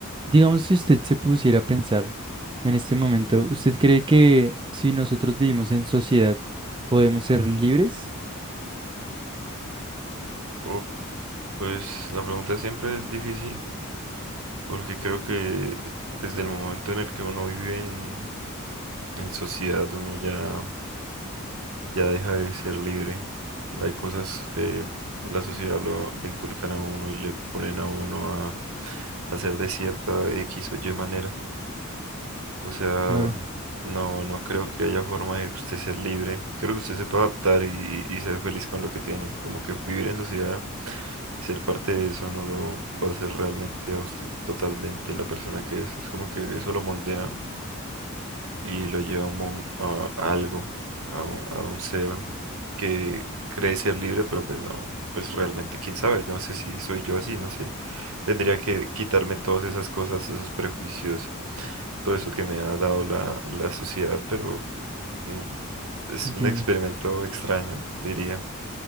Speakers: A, on the right; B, on the right.
A: Digamos, si usted se pusiera a pensar en este momento, ¿usted cree que si nosotros vivimos en sociedad, podemos ser libres?
B: Uf, pues la pregunta siempre es difícil porque creo que desde el momento en el que uno vive en, en sociedad uno ya, ya deja de ser libre. Hay cosas que la sociedad lo, le inculcan a uno y le ponen a uno a, a hacer de cierta X o Y manera. O sea,
A: Claro,
B: no, no creo que haya forma de usted ser libre. Creo que usted sepa adaptar y, y y ser feliz con lo que tiene. Como que vivir en sociedad. Y ser parte de eso no lo va a hacer realmente a usted totalmente la persona que es. Es como que eso lo moldea y lo lleva a, un mom- a- a algo, a un, a un ser que cree ser libre, pero pues no, pues realmente quién sabe, no sé si soy yo así, no sé. Tendría que quitarme todas esas cosas, esos prejuicios, todo eso que me ha dado la, la sociedad, pero mm, es
A: entiendo,
B: un experimento extraño, diría.